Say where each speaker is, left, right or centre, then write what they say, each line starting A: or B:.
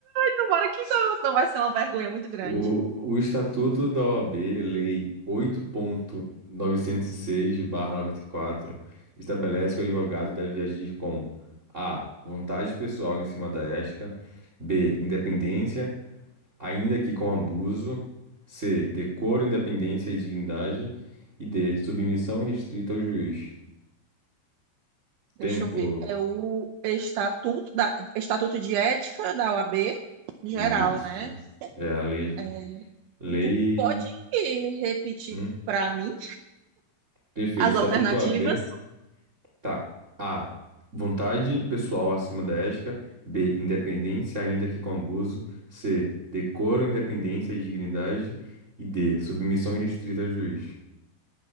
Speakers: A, on the right (about 80°); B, on the right (about 65°).
A: Tomara que não, senão vai ser uma vergonha muito grande.
B: O, o Estatuto da OAB, Lei oito ponto novecentos e seis/barra noventa e quatro estabelece que o advogado deve agir com A. Vontade pessoal em cima da ética, B. Independência, ainda que com abuso, C. Decoro, independência e dignidade, e D. Submissão restrita ao juiz.
A: Deixa
B: Tempo.
A: eu ver. É o estatuto, da, estatuto de ética da OAB, geral,
B: Isso.
A: né?
B: É a lei.
A: É,
B: Lei.
A: tu pode repetir
B: Hum?
A: para mim
B: Perfeito.
A: as
B: Estatuto
A: alternativas?
B: da OAB. Tá. A. Vontade pessoal acima da ética. B. Independência, ainda que com abuso. C. Decoro, independência e dignidade. E D. Submissão irrestrita ao juiz.